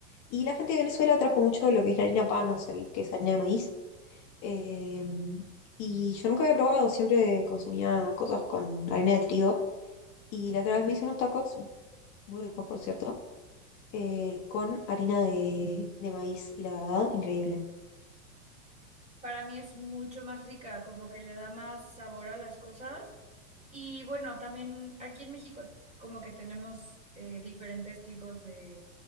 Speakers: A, on the left; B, on the right.
A: Y la gente de Venezuela trajo mucho lo que es la harina pan, o sea, el- que es harina de maíz. Eh, y yo nunca había probado, siempre consumía cosas con harina de trigo. Y la otra vez me hice unos tacos, muy ricos por cierto, eh, con harina de, de maíz. Y la verdad, increíble.
B: Para mí es mucho más rica, como que le da más sabor a las cosas. Y bueno, también aquí en México como que tenemos eh, diferentes tipos de